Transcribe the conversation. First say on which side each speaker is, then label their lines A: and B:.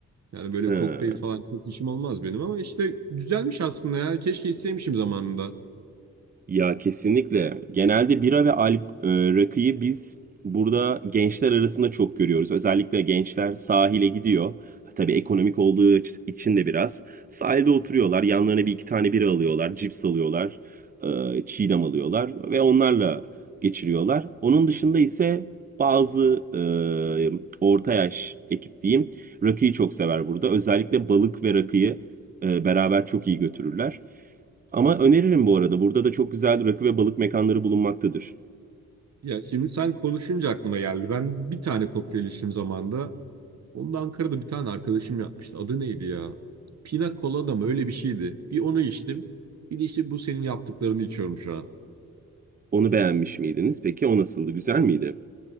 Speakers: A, on the right (about 55°); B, on the right (about 30°).
A: Yani böyle
B: He.
A: kokteyl falan çok işim olmaz benim ama işte güzelmiş aslında ya. Keşke içseymişim zamanında.
B: Ya kesinlikle. Genelde bira ve al e, rakıyı biz burada gençler arasında çok görüyoruz. Özellikle gençler sahile gidiyor. Tabii ekonomik olduğu iç- için de biraz. Sahilde oturuyorlar. Yanlarına bir iki tane bira alıyorlar. Cips alıyorlar. e, çiğdem alıyorlar. Ve onlarla geçiriyorlar. Onun dışında ise bazı e, orta yaş ekip diyeyim. Rakıyı çok sever burada. Özellikle balık ve rakıyı e, beraber çok iyi götürürler. Ama öneririm bu arada. Burada da çok güzel rakı ve balık mekanları bulunmaktadır.
A: Ya şimdi sen konuşunca aklıma geldi. Ben bir tane kokteyl içtim zamanında. Onu da Ankara'da bir tane arkadaşım yapmıştı. Adı neydi ya? Pina Colada mı? Öyle bir şeydi. Bir onu içtim. Bir de işte bu senin yaptıklarını içiyorum şu an.
B: Onu beğenmiş miydiniz? Peki o nasıldı? Güzel miydi?